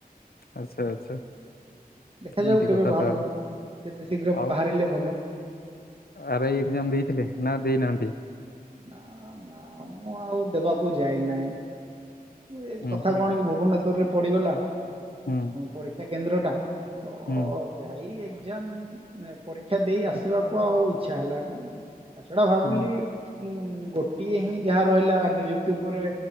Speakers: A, on the left (about 75°); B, on the right (about 35°).
A: ଆଚ୍ଛା ଆଚ୍ଛା
B: ଦେଖାଯାଉ
A: ଏମିତି
B: କେବେ
A: କଥା
B: ବାହାରୁଛି
A: ତାହେଲେ
B: ଯେତେ ଶୀଘ୍ର
A: ଆଉ
B: ବାହାରିଲେ ଭଲ।
A: ଆର ଆଇ ଏଜ୍ଜାମ ଦେଇଥିଲେ ନା ଦେଇନାହାନ୍ତି?
B: ନା ନା ମୁଁ ଆଉ ଦେବାକୁ ଯାଇନାହିଁ। ସେ
A: ହୁଁ
B: କଥା
A: ହୁଁ
B: କଣ କି ଭୁବନେଶ୍ୱର ରେ ପଡ଼ିଗଲା
A: ହୁଁ
B: ପରୀକ୍ଷା କେନ୍ଦ୍ରଟା ତ
A: ହୁଁ
B: ଯାଇ ଏ ଏଜାମ ପରୀକ୍ଷା ଦେଇ ଆସିବାକୁ ଆଉ ଇଚ୍ଛା ହେଲାନି ତାଛଡା ଭାବିଲି
A: ହୁଁ
B: ଗୋଟିଏ ହିଁ ଯାହା ରହିଲା ନିଯୁକ୍ତି ଉପରେ